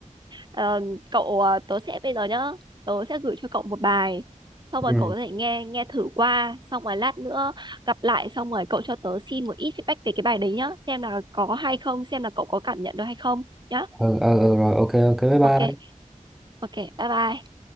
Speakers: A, on the right (about 35°); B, in the centre.
A: ờm, cậu ờ, tớ sẽ bây giờ nhá tớ sẽ gửi cho cậu một bài xong rồi
B: ừ
A: cậu có thể nghe nghe thử qua xong rồi lát nữa gặp lại xong rồi cậu cho tớ xin một ít feedback về cái bài đấy nhá xem là có hay không xem là cậu có cảm nhận được hay không nhá
B: ừ, ừ ừ rồi ok ok bye bye
A: ok ok bye bye